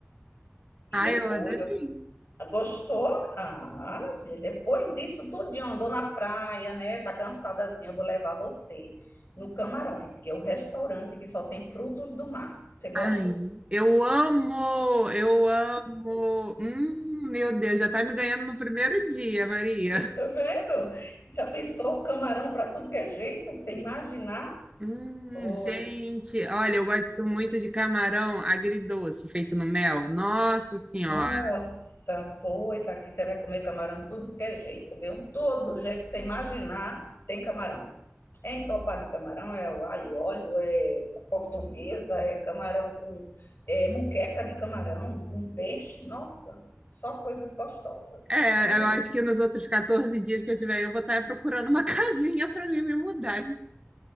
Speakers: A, on the left; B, on the right.
A: E
B: Ai,
A: depois
B: eu adorei!
A: eu Gostou? Ah, minha filha, depois disso tudinho, andou na praia, né? Tá cansadazinha, eu vou levar você no Camarões, que é o restaurante que só tem frutos do mar. Você gosta?
B: Ai, eu amo! Eu amo! Hum, meu Deus, já tá me ganhando no primeiro dia, Maria.
A: Tá vendo? Já pensou camarão para tudo que é jeito, que você imaginar?
B: Hum,
A: Pois
B: gente, olha, eu gosto muito de camarão agridoce feito no mel. Nossa Senhora!
A: Nossa, pois aqui você vai comer camarão tudo que é jeito, viu? Todo jeito que você imaginar tem camarão. É ensopado de camarão, é o alho e óleo, é portuguesa, é camarão com é, muqueca de camarão, com peixe. Nossa, só coisas gostosas,
B: É,
A: tá?
B: eu acho que nos outros 14 dias que eu tiver, eu vou estar procurando uma <laughs> casinha para mim me mudar.